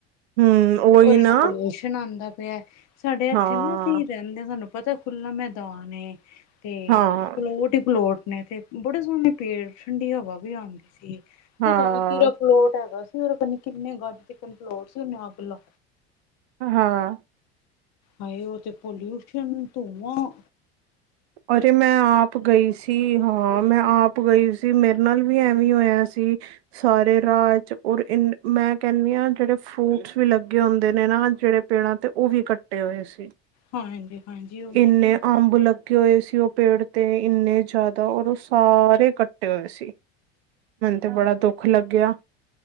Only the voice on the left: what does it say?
ਉਹਦੇ ਨਾਲ
ਪੋਲਿਊਸ਼ਨ ਆਉਂਦਾ ਸਾਡੇ ਇੱਥੇ
ਨ ਅਸੀਂ ਰਹਿੰਦੇ ਹਾਂ, ਸਾਨੂੰ ਪਤਾ ਖੁਲਾ ਮੈਦਾਨ ਏ ਤੇ
ਪਲੋਟ ਹੀ ਪਲੋਟ ਨੇ, ਤੇ ਬੜੇ ਸੋਹਣੇ ਪੇੜ, ਠੰਡੀ ਹਵਾ ਵੀ ਆਂਉਦੀ ਸੀ।
ਪਤਾ ਨੀ ਕਿਹੜਾ ਪਲੋਟ ਹੈਗਾ ਸੀ। ਔਰ ਪਤਾ ਨੀ ਕਿੰਨੇ ਗੰਜ ਚ ਪਲੋਟ ਸੀ, ਉਹਨੇ ਅੱਗ ਲ
ਹਾਏ! ਉਹ ਤੇ ਪੋਲਿਊਸ਼ਨ, ਧੂੰਆਂ
ਹਾਂਜੀ, -ਹਾਂਜੀ, ਉਹੀ
ਨਾ।